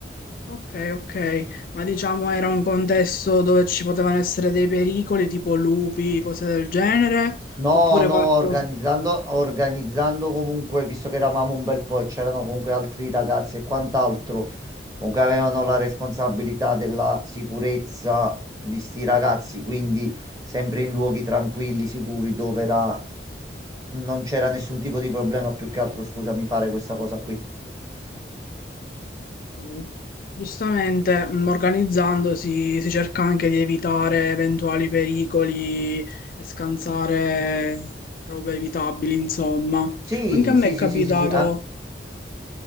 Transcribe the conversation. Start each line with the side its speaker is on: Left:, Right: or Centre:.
Left: ok, ok. ma diciamo era un contesto dove ci potevano essere dei pericoli tipo lupi, cose del genere,
Right: No,
Left: oppure
Right: no,
Left: qualcosa.
Right: organizzando, organizzando comunque, visto che eravamo un bel po' e c'erano comunque altri ragazzi e quant'altro, comunque avevano la responsabilità della sicurezza di sti ragazzi, quindi sempre in luoghi tranquilli, sicuri, dove era... non c'era nessun tipo di problema, più che altro, scusami, fare questa cosa qui.
Left: Ok. Giustamente, mh, organizzandosi si cerca anche di evitare eventuali pericoli e scansare robe evitabili, insomma.
Right: Sì,
Left: Anche a me
Right: sì,
Left: è capitato.
Right: sì, sì, sì, sì. ah,